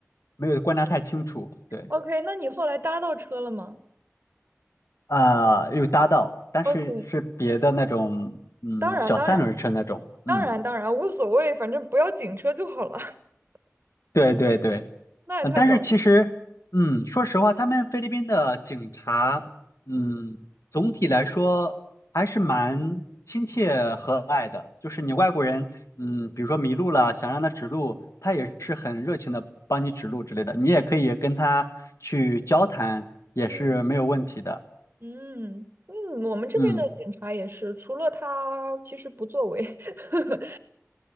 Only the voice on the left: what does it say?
没有观察太清楚，对，
啊、有搭到，但是是别的那种，
嗯，
小三轮车那种，嗯，
对对对。
嗯，但是其实，嗯，说实话，他们菲律宾的警察，嗯，总体来说还是蛮亲切和蔼的。就是你外国人，嗯，比如说迷路了，想让他指路，他也是很热情的帮你指路之类的。你也可以跟他去交谈，也是没有问题的。
嗯，